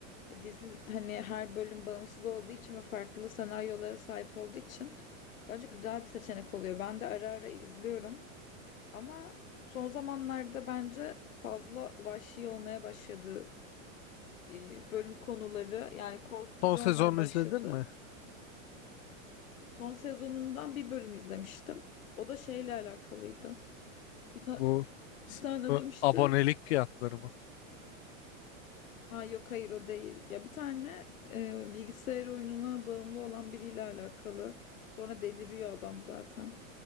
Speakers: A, on the left (about 90°); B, on the left (about 55°).
A: e, dizi hani her bölüm bağımsız olduğu için ve farklı senaryolara sahip olduğu için bence güzel bir seçenek oluyor. Ben de ara ara izliyorum ama son zamanlarda bence fazla vahşi olmaya başladı e, bölüm konuları yani korkutucu
B: Son sezonu
A: olmaya başladı.
B: izledin mi?
A: Son sezonundan bir bölüm izlemiştim. O da şeyle alakalıydı. Bir ta-
B: Bu s-
A: Bir tane adam
B: bu
A: işte
B: abonelik fiyatları mı?
A: Aa, yok hayır o değil. Ya bir tane e, bilgisayar oyununa bağımlı olan biriyle alakalı. Sonra deliriyor adam zaten.